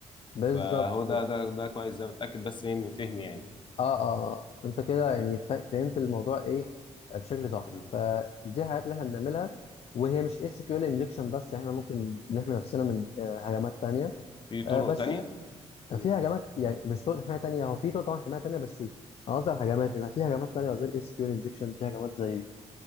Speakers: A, on the left (about 60°); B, on the left (about 45°).
A: بالظبط
B: فهو
A: كده
B: ده ده ده كويس ده بتاكد بس ايه من فهمي يعني
A: اه اه آه. انت كده يعني فا- فهمت الموضوع ايه آه، بشكل صح
B: مم.
A: فدي الحاجات اللي احنا بنعملها وهي مش اس كيو ال انجكشن بس احنا ممكن نحمي نفسنا من آه، هجمات تانية
B: في طرق
A: آه بس
B: تانية مم.
A: في هجمات يعني مش طرق حمايه تانية هو في طرق طبعا حمايه تانية بس انا قصدي على الهجمات اللي في هجمات تانية غير اس كيو ال انجكشن في هجمات زي